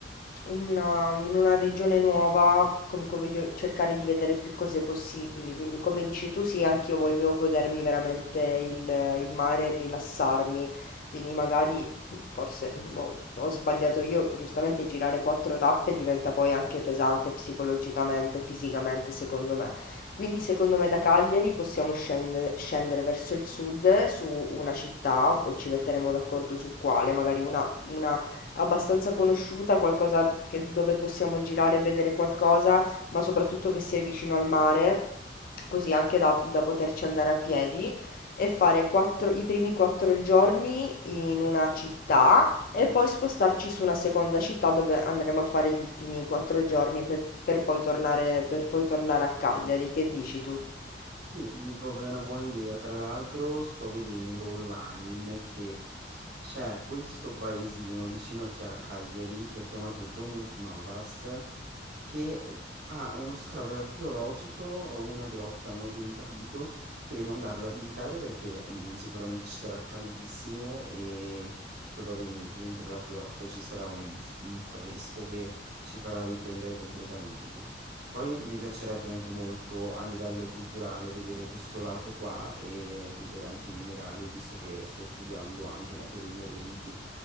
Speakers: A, on the left; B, on the right.
A: in una, in una regione nuova, comunque voglio cercare di vedere più cose possibili, quindi come dici tu sì, anch'io voglio godermi veramente il, il mare e rilassarmi, quindi magari forse boh, ho sbagliato io, giustamente girare quattro tappe diventa poi anche pesante psicologicamente, fisicamente, secondo me. Quindi secondo me da Cagliari possiamo scendere, scendere verso il sud su una città, poi ci metteremo d'accordo su quale, magari una, una abbastanza conosciuta, qualcosa che- dove possiamo girare e vedere qualcosa, ma soprattutto che sia vicino al mare, così anche da, da poterci andare a piedi e fare quattro- i primi quattro giorni in una città e poi spostarci su una seconda città dove andremo a fare gli ultimi quattro giorni per, per poi tornare, per poi tornare a Cagliari. Che dici tu?
B: Sì, dico che è una buona idea. Tra l'altro sto vedendo online che c'è questo paesino vicino a Chia- Cagliari che è chiamato Domus Novas che, uhm, ha uno scavo archeologico o una grotta, non ho ben capito, potremmo andarla a visitare perché, mhmm, sicuramente ci sarà caldissimo e probabilmente dentro la grotta ci sarà un f un fresco che ci farà riprendere completamente. Poi mi piacerebbe anche molto a livello culturale vedere questo lato qua e vedere anche i minerali, visto che sto studiando anche materie inerenti